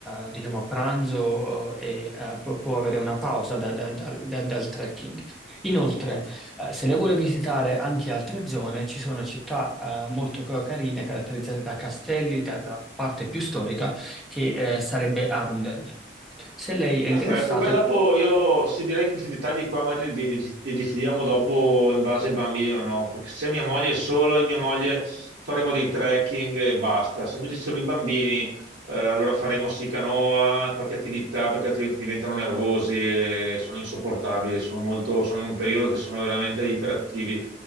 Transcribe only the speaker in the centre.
uh, diciamo, pranzo uh, e uh, pu- può avere una pausa da- da- dal da- dal trekking. Inoltre, uh, se lei vuole visitare anche altre zone, ci sono città uh, molto ca- carine, caratterizzate da castelli, da, da parte più storica, che eh, sarebbe Arundel. Se lei è interessato.